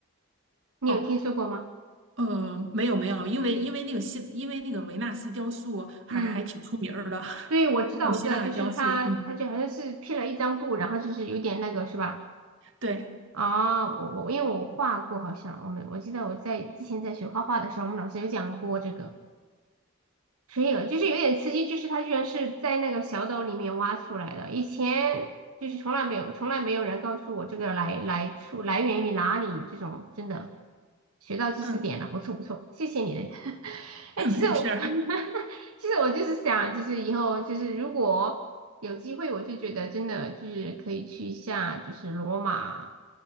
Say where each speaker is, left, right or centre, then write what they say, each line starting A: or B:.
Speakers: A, on the right; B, on the right.
A: 你有听说过吗？
B: 哦，呃，没有没有，因为因为那个希，因为那个维纳斯雕塑还还挺出名儿的，
A: 嗯，
B: <laughs>
A: 对，我知道我知道，
B: 古希腊的雕塑，
A: 就是他他就好像是披了一张布，
B: 嗯，
A: 然后就是有点那个是吧？
B: 对，
A: 啊、我我因为我画过，好像我们我记得我在之前在学画画的时候，我们老师有讲过这个。可以了，就是有点刺激，就是它居然是在那个小岛里面挖出来的，以前就是从来没有，从来没有人告诉我这个来来处来源于哪里，这种真的学到知识点了，
B: 嗯，
A: 不错不错，谢谢你的。<laughs> 哎，
B: <laughs>
A: 其实我
B: 没事儿，
A: 其实我就是想，就是以后就是如果有机会，我就觉得真的就是可以去一下，就是罗马、